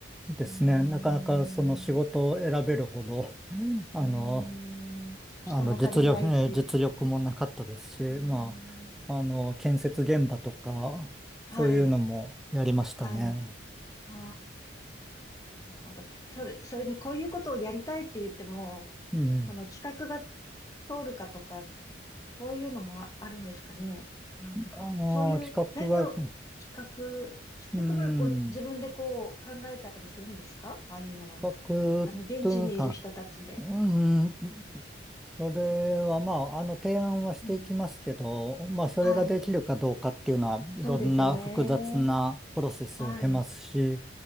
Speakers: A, in the centre; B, on the left.
A: ですね。
B: うーん、
A: なかなかその仕事を選べるほど、<laughs> あの、
B: うーん、人も足りないし。
A: あの実力、えー実力もなかったですし、
B: あ
A: まあ、あの、建設現場とか、そういうのもやりましたね。
B: あ、はい、はい。ああ。なるほど。それ、それにこういうことをやりたいって言っても、
A: うん。
B: その企画が通るかとか、そういうのもあるんですかね。なんか、
A: ああ、
B: そういう何を
A: 企画が、
B: 企画、企画もこう自分でこう考えたりするんですかああいうのは。
A: うん、企画というか、
B: あの、現地にいる人たちで。
A: うん、それはまあ、あの、提案はしていきますけど、
B: うん。
A: まあ、それができるかどうかっていうのは、
B: はい。
A: いろんな複雑なプロセスを経ますし、
B: そうですよね。はい。